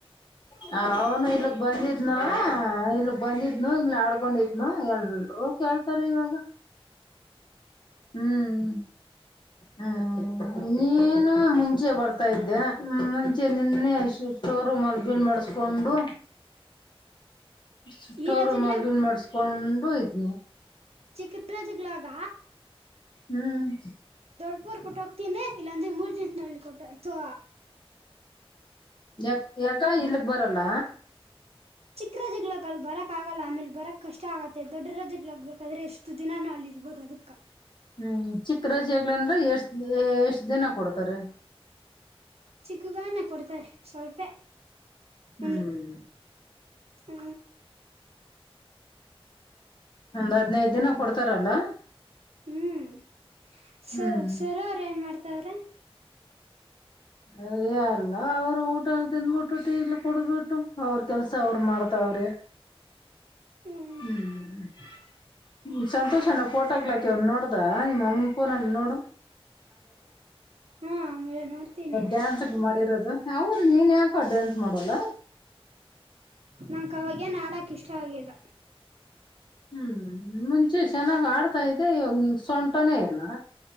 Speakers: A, on the left (about 50°); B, on the right (about 85°).
A: ಹ ಅವನು ಇಲ್ಲಿ ಗೆ ಬಂದಿದ್ದ. ಇದ್ನ ಇಲ್ಲಿ ಬಂದಿದ್ನು ಇಲ್ಲಿ ಆಡ್ಕೊಂಡಿದ್ನು ಎಲ್ ಕೇಳ್ತಾರ ಇವಾಗ. ಹ್ಮ್ ಹ್ಮ ನೀ. ನ ಮುಂಚೆ ಬರ್ತಾ ಇದ್ದೆ ಮುಂಚೆ ನಿನ್ನೆ ಸ್ಟೋರೂಮ್ ಅಲ್ಲಿ ಬಿಲ್ ಮಾಡಸ್ಕೊಂಡು. ಸುಟ್ಟೋರು
B: ಈ ರಜಗ್ಲಾಗ
A: ಮಲ್ನ್ ಮಾಡಸ್ಕೊಂಡ್. ಇದ್ದ.
B: ಚಿಕ್ಕನರಾಜುಲಾಗ.
A: ಹ್ಮ್.
B: ರ್ ಕೊಟ್ಟ ಹೋಗ್ತೀನಿ ಇಲ್ಲ ಅಂದ್ರೆ ಮೂರ್ ದಿನನ್ಸ ನಲ್ಲಿ ಕೊಟ್ಟ ಆಯ್ತೋ.
A: ಯ ಯಕ ಇಲ್ಲಿ. ಬರಲ್ಲ.
B: ಚಿಕ್ಕ್ರ ಜಿಗ್ಲಕ್ಕಲ್ ಬರಕ್ ಆಗಲ್ಲ ಆಮೇಲೆ ಬರಕ್ ಕಷ್ಟ ಆಗತ್ತೆ ದೊಡ್ಡರ ಜಿಗ್ಲಕ್ ಬಾದ್ರೆ ಎಷ್ಟು ದಿನ ನಳ ಇರ್ಬೋದು ಅದಕ್ಕ.
A: ಹ್ಮ್ ಚಿಕ್ಕ ರೋಜೆಾಗ್ಲಿ ಅಂದ್ರೆ ಎಷ್ಟ ಎಷ್ಟ ದಿನ ಕೊಡ್ತಾರೆ.
B: ಚಿಕ್ಕಗನ್ನ ಕೊಡ್ತಾರೆ ಸ್ವಲ್ಪೇ.
A: ಹ್ಮ್
B: ಒಂದು. ಹ.
A: ಒಂದ್ ಹದ್ನೈದ ದಿನ ಕೊಡ್ತಾರಲ್ಲ.
B: ಹ್ಮ್ ಸ
A: ಹ್ಮ್
B: ಸರೋವರ ಏನ್ ಮಾಡ್ತವ್ರೆ.
A: ಅಯ್ಯ ಎಲ್ಲ ಅವರು ಊಟ ತಿಿಂದ್ಬಿಟ್ಬಿಟ್ಟು ಇಲ್ಲಿ ಕುಡುದ್ಬಿಟ್ಟು ಅವ್ರ ಕೆಲ್ಸ ಅವ್ರ ಮಾಡ್ತಾವ್ರಿ.
B: ಹ್ಮ್
A: ಹ್ಮ್್ಮ ಸಂತೋಷನ ಫೋಟೋಕ್ಲಾಕ ಒ ನೋಡ್. ಹ ನಿಮ್ಮನ್ ಫೋನ್ ಅಲ್ಲ ನೋಡು
B: ಹಾ ಆಮೇಲೆ ನೋಡ್ತೀನಿ
A: ಡ್ಯಾನ್ಸ್ಗ್ ಮಾಡಿರೋದು ಹ ನೀನ್ ಯಾಕ ಡ್ಯಾನ್ಸ್ ಮಾಡಲ್ಲ
B: ನಂಕ್ ಅವವಾಗೇನ್ ಆಡಕ್ ಇಷ್ಟ ಆಗಿಲ್ಲ
A: ಹ್ಮ್ ಮುಂಚೆ ಚೆನ್ನಾಗ್ ಆಡ್ತ ತಾ ಇದೆ ಇವಾಗ ನಿಂಂಗ ಸೊಂಟನೇ ಇಲ್ಲಾ